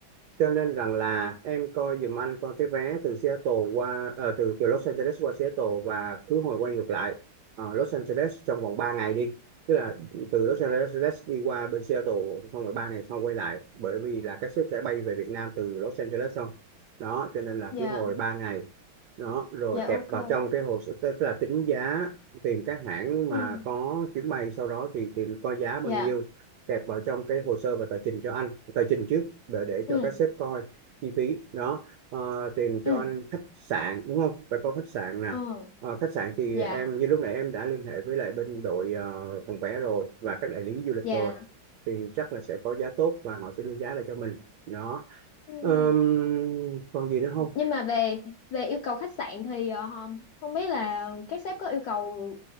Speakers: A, on the right; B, on the left.
A: cho nên rằng là em coi giùm anh coi cái vé từ Seattle qua ờ, từ từ Los Angeles qua Seattle và khứ hồi quay ngược lại Ờ, Los Angeles trong vòng 3 ngày đi tức là từ Los Angeles đi qua bên Seattle xong rồi 3 ngày sau quay lại bởi vì là các sếp sẽ bay về Việt Nam từ Los Angeles xong đó cho nên là
B: dạ.
A: khứ hồi 3 ngày đó rồi
B: Dạ
A: kẹp
B: ok.
A: vào trong cái hồ sơ tức là tính giá tìm các hãng mà
B: Ừ
A: có chuyến bay sau đó thì tìm coi giá bao
B: dạ.
A: nhiêu kẹp vào trong cái hồ sơ và tờ trình cho anh tờ trình trước để để cho
B: Ừ
A: các sếp coi chi phí đó Ờ, tìm cho
B: ừ
A: anh khách sạn đúng không phải có khách sạn nè
B: ờ
A: Ờ, khách sạn thì
B: dạ
A: em như lúc nãy em đã liên hệ với lại bên đội ờ, phòng vé rồi và các đại lý du lịch
B: dạ
A: rồi thì chắc là sẽ có giá tốt và họ sẽ đưa giá lại cho mình đó
B: Ừ.
A: Ờm, còn gì nữa không
B: nhưng mà về về yêu cầu khách sạn thì ờ, không không biết là các sếp có yêu cầu